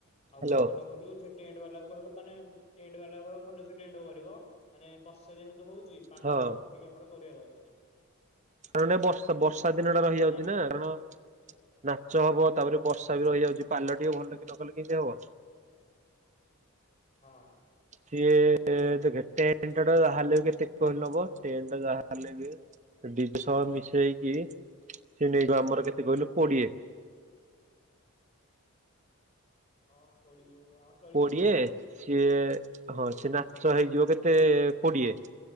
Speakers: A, on the right; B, on the left.
A: ହ୍ୟାଲୋ
B: ଆଉ କଣ ରହିଲା କହିଲୁ ସେଠ ଟେଣ୍ଟ ବାଲାକୁ କହିବ ମାନେ ଟେଣ୍ଟ ବାଲା କୁ କହିବ ଭଲସେ ଟେଣ୍ଟ କରିବ। ମାନେ ବର୍ଷା ଯେମିତି ହଉଛି ପାଲ
A: ହଁ
B: ହେକା ପକେଇକି ଆମର କରିବାର ଅଛି।
A: କାରଣ ଏ ବର୍ଷା ବର୍ଷା
B: ନାଚ
A: ଦିନ ଟା
B: ହବ
A: ରହିଯାଉଛି ନା କାରଣ ନାଚ ହବ ତାପରେ
B: ହଁ
A: ବର୍ଷା ବି ରହିଯାଉଛି ପାଲ ଟିକେ ଭଲକି ନକଲେ କେମିତି ହବ।
B: ହଁ।
A: ସିଏ ଦେଖେ ଟେଣ୍ଟ ଟା ଯାହାହେଲେ ବି କେତେ କଣ କହନି ନବ ଟେଣ୍ଟ ଯାହାଲେ ବି ଡିଜ୍ ସହ ମିଶେଇକି ସେ ନେଇଯିବ ଆମର କେତେ କହିଲୁ କୋଡିଏ।
B: ହଁ କୋଡିଏ ଅର୍
A: କୋଡିଏ ସିଏ ହଁ ସିଏ ନାଚ ହେଇଯିବ କେତେ କୋଡିଏ।